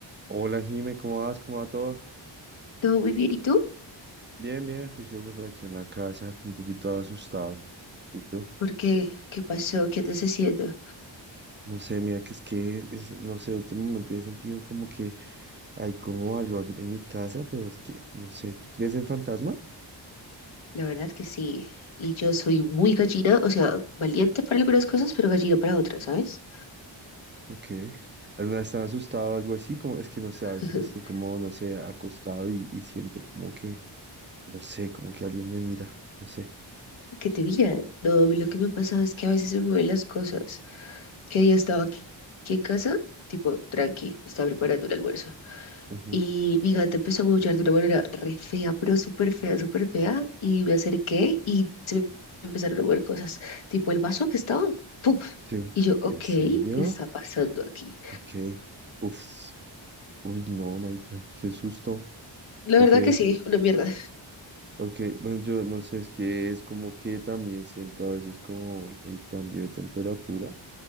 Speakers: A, on the right (about 25°); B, on the left (about 85°).
A: Hola Jime, ¿cómo vas? ¿Cómo va todo?
B: Todo muy bien, ¿y tú?
A: Bien, bien, juicioso por aquí en la casa, un poquito asustado. ¿Y tú?
B: ¿Por qué? ¿Qué pasó? ¿Qué andas haciendo?
A: No sé, mira que es que, es- no sé, últimamente he sentido como que hay como algo aquí en mi casa, pero es que, no sé, ¿tú crees en fantasma?
B: La verdad que sí. Y yo soy muy gallina, o sea, valiente para algunas cosas, pero gallina para otras, ¿sabes?
A: Ok. ¿Alguna vez estás asustado o algo así? Como, es que no sé,
B: <laughs>
A: a veces estoy como, no sé, acostado y, y siento como que, no sé, como que alguien me mira, no sé.
B: Que te miran. No, a mí lo que me pasa es que a veces se me mueven las cosas. ¿Qué día estaba aquí, aquí en casa? Tipo, tranqui, estaba preparando un almuerzo.
A: Ujú,
B: Y mi gata empezó a maullar de una manera re fea, pero súper fea, súper fea. Y me acerqué y se me empezaron a mover cosas. Tipo, el vaso que estaba, ¡pum!
A: Sí.
B: Y yo, ok,
A: ¿En
B: ¿qué
A: serio?
B: está pasando aquí?
A: Ok. Uf. Uy, no, marica, qué susto.
B: La
A: Ok.
B: verdad que sí, una mierda.
A: Ok, bueno, yo no sé, es que es como que también siento a veces como el el cambio de temperatura,